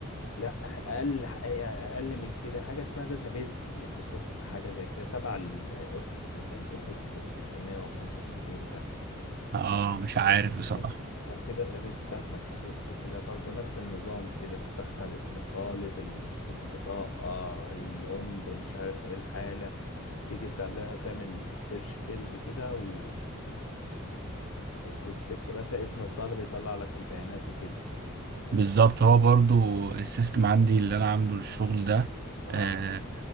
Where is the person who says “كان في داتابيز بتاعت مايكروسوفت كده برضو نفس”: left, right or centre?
Left